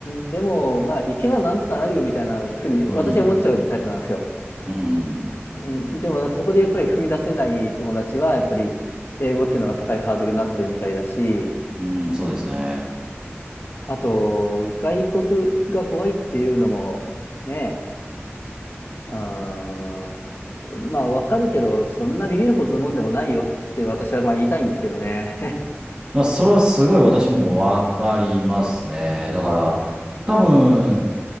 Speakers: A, on the left (about 55°); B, on the right (about 20°).
A: ん、でも、まあ、行けばなんとかなるよみたいなふうに私は思っちゃうタイプなんですよ。
B: うん。うん。
A: うん、でも、なんかそこでやっぱり踏み出せない友達は、やっぱり英語っていうのが高いハードルになってるみたいだし、
B: うん、そうですね。
A: あと、外国が怖いっていうのも、ね、うんまあ、わかるけど、そんなビビるほどのもんでもないよって私はまあ言いたいんですけどね。
B: まあ、それはすごい私もわかりますね。だから、多分、